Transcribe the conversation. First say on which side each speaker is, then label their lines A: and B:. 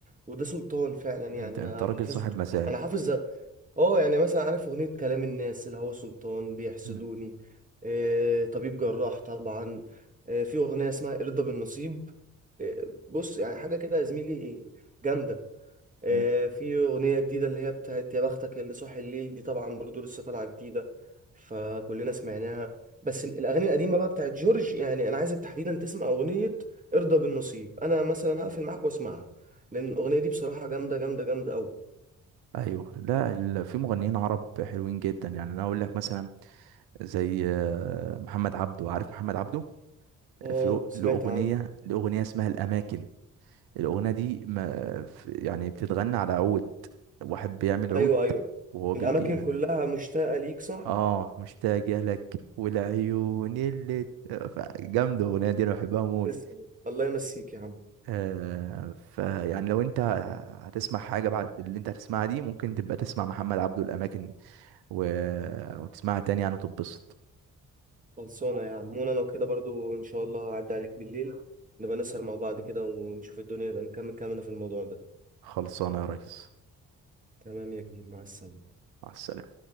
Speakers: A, on the right (about 20°); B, on the right (about 80°).
A: وده سلطان فعلا يعني
B: انت
A: انا
B: انت راجل
A: حافظ
B: صاحب مزاج
A: انا حافظ اه يعني مثلا عارف اغنية كلام الناس اللي هو سلطان بيحسدوني
B: مم.
A: آه، طبيب جراح طبعا آه، في اغنية اسمها ارضى بالنصيب آه، بص يعني حاجة كده يا زميلي جامدة آه،
B: مم.
A: في أغنية جديدة اللي هي بتاعت يا بختك يا اللي صاحي الليل دي طبعا برضو لسه طالعة جديدة فكلنا سمعناها بس الأغاني القديمة بقى بتاعت جورج يعني أنا عايزك تحديدا تسمع أغنية ارضى بالنصيب أنا مثلا هقفل معاك واسمعها لأن الأغنية دي بصراحة جامدة جامدة جامدة أوي
B: ايوه لا ال... في مغنيين عرب حلوين جدا يعني انا اقول لك مثلا زي آه، محمد عبده عارف محمد عبده
A: آه
B: في
A: سمعت
B: له اغنيه
A: عنه
B: له اغنيه اسمها الاماكن الأغنية دي ما ف- يعني بتتغنى على عود واحد بيعمل عود
A: أيوه أيوه
B: وهو بي
A: الأماكن
B: بيغني
A: كلها مشتاقة ليك صح؟
B: اه مشتاقة لك والعيون اللي ت- ف- جامدة الأغنية دي أنا بحبها موت
A: تسلم الله يمسيك يا عم
B: آه فيعني لو أنت هتسمع حاجة بعد اللي أنت هتسمعها دي ممكن تبقى تسمع محمد عبده الأماكن و... وتسمعها تاني يعني وتتبسط
A: خلصانة يا عم وأنا لو كده برضو إن شاء الله هعدي عليك بالليل نبقى نسهر مع بعض كده ونشوف الدنيا نبقى نكمل كلامنا في الموضوع ده
B: خلصانة يا ريس
A: تمام يا كبير مع السلامة
B: مع السلامة